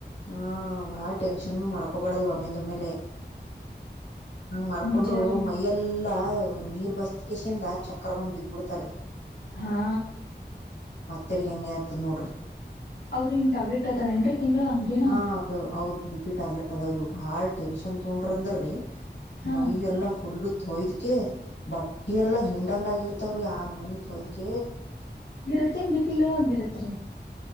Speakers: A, on the left; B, on the left.
A: ಹಾ ಬಾಳ ಟೆನ್ಷನ್ ಮಾಡ್ಕೋಬಾರ್ದ ಬಮ್ಮಿಿಂದ ಮೇಲೆ ಹಂಗ್ ಮಾಡ್ಕೊಂಡರು
B: ನಿಜ ರೀ
A: ಮೈಯಲ್ಲಾ ನೀರ್ ಬಸ್ಕಸಿಂದ ಚಕ್ರ ಬಂದ್ ಬಿದ್ಬಿಡ್ತಾರಿ
B: ಹಾ
A: ತೆರ್ಗಿ ಹಂಗೆ ಆಗ್ತದೆ ನೋಡ್ರಿ
B: ಅವ್ರನ್ ಟ್ಯಾಬ್ಲೆಟ್ ಅದಾವ ಏನ್ರರಿ ತಿಂಗಗಳ ಹಂಗ್ದಿನ
A: ಹ ಅವ್ರ ಬಿ ಟ್ಯಾಬ್ಲೆಟ್ ಅದ ಬಾಳ ಟೆನ್ಷನ್ ತಗೊಂಡ್ರ ಅಂದ್ರೀ
B: ಹಾ
A: ಮೈ ಎಲ್ಲಾ ಫುಲ್ ತೋಯ್ದ್ಕ ಬಟ್ಟೆ ಎಲ್ಲಾ ಹಿಂಡಂಗ ಆಗಿರ್ತಾವ್ರಿ ಆ ನ ಮನಿ ಹೋಯ್ದಕ
B: ಮೇನ್ ಬಿ ಪಿ ಲೋ ಆಗಿರತ್ರಿ